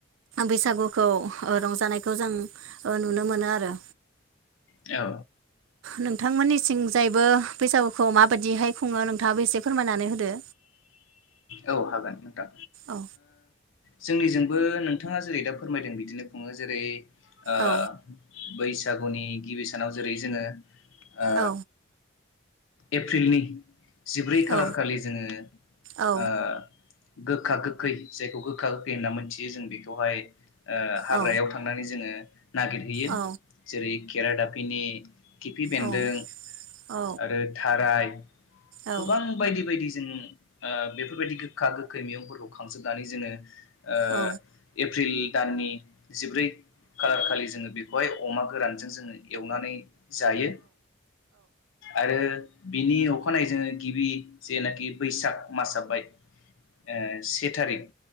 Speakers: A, on the right; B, on the left.
A: बैसागुखौ रंजानायखौ जों नुनो मोनो आरो
B: औ
A: नोंथांमोननि सिंजायैबो बैसागुखौ माबायदिहाय खुङो नोंथाङाबो एसे फोरमायनानै होदो
B: औ हागोन नोंथां
A: औ
B: जोंनिजोंबो नोंथाङा जेरै दा फोरमायदों बिदिनो खुङो जेरै ओ
A: औ
B: बैसागुनि गिबि सानाव जेरै जोङो ओ
A: औ
B: एप्रिलनि जिब्रै खालार
A: औ
B: खालि जोङो
A: औ
B: ओ गोखा गोखै जायखौ गोखा गोखै होनना मोनथियो जों बेखौहाय ओ हाग्रायाव
A: औ
B: थांनानै जोङो। नागिरहैयो
A: औ
B: जेरै केराडाफिनि खिफि बेन्दों
A: औ औ
B: आरो थाराय
A: औ
B: गोबां बायदि बायदि जों ओ बेफोरबायदि गोखा गोखै मैगंफोरखौ खांजोबनानै जोङो ओ
A: औ
B: एप्रिल दाननि जिब्रै खालार खालि जोङो बेखौहाय अमा गोरानजों जोङो एवनानै जायो आरो बिनि अखानायै जोङो गिबि जेनाखि बैसाग मासावहाय ओ से थारिख